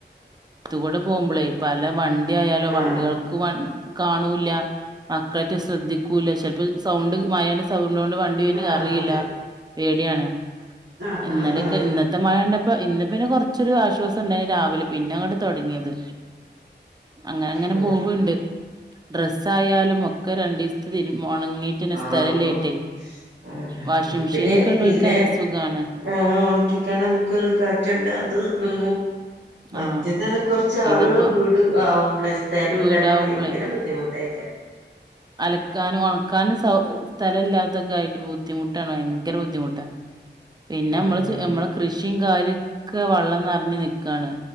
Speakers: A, on the right; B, on the right.
A: ത്തുകൂടെ പോകുമ്പോളേ പല വണ്ടിയായാലോ വണ്ടികൾ
B: ആഹ് ആഹ്
A: ക്ക് വ കാണൂല്ല മക്കളൊറ്റ് ശ്രദ്ധിക്കൂല്ല ചിലപ്പോ സൗണ്ട് മയായോണ്ട് സൗണ്ടോണ്ട് വണ്ടി വരുന്നതറില്ല
B: ആഹ് അതെ
A: പേടിയാണ്
B: ആഹ്
A: ഇന്നലെക്കെ
B: ആഹ് ആഹ്
A: ഇന്നത് ത്തെ മയകണ്ടപ്പോ ഇന്ന് പിന്നെ കുറച്ചൊരു ആശ്വാസം ഉണ്ടായിരുന്നു രാവിലെ പിന്നെ അങ്ങട് തൊടങ്ങിയത് അങ്ങനങ്ങനെ
B: ആഹ്
A: ബൂഗുണ്ട് ഡ്രസ്സായാലും ഒക്കെ രണ്ടു ദീസത്തി തീരും ഉണങ്ങീട്ട് പിന്നെ
B: ആഹ്
A: സ്ഥലല്ലായ്ട്ടേ
B: ഓഹ് ആഹ് ആഹ്
A: വാഷിംഗ്
B: ആഹ്
A: മെഷീനൊക്കെ
B: പിന്നെ
A: ഉള്ളോര്ക്ക്
B: പിന്നെ
A: നല്ല സുഖാണ്
B: ആഹ് ഒണക്കിക്കാൻ നമുക്ക് ഒന്ന് കാറ്റുണ്ട് അതും ഉണങ്ങും മറ്റേതാണേ
A: ആഹ്
B: കൊറച്ച് ആളുകള്
A: ഇതിപ്പോ
B: വീട് ആവുമ്പളേ തേലും
A: വീടാവുമ്പളേ
B: ഇല്ലാഞ്ഞാ ഭയങ്കര ബുദ്ധിമുട്ടായിക്കാര
A: അലക്കാനും ഒണക്കാനും സൗ സ്ഥലം ഇല്ലാത്തൊക്കെ ആയിട്ട് ബുദ്ധിമുട്ടാണ് ഭയങ്കര ബുദ്ധിമുട്ടാണ് പിന്നെ മ്മള്
B: ഉം
A: മ്മളെ കൃഷിയും കാര്യൊക്കെ വെള്ളം നിറഞ്ഞ് നിക്കാണ്